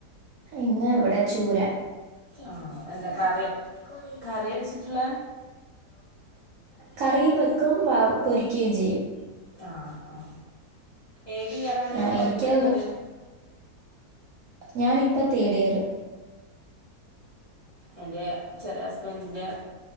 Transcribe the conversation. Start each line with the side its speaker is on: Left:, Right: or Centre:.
Right: ഇന്ന് ഇവിടെ ചൂര
Left: ആ എന്താ കറി കറി കഴിച്ചിട്ടുള്ള
Right: കറിയും വെക്കും പൊ രിക്കേം ചെയ്യും
Left: ആ ആ ഏത് ഇയറാണ്
Right: ഞാൻ
Left: പഠിക്കുന്നത്
Right: എനിക്ക് ഞാൻ ഇപ്പം തേടിയറ്
Left: എന്റെ ചെറിയ ഹസ്ബൻഡിൻ്റെ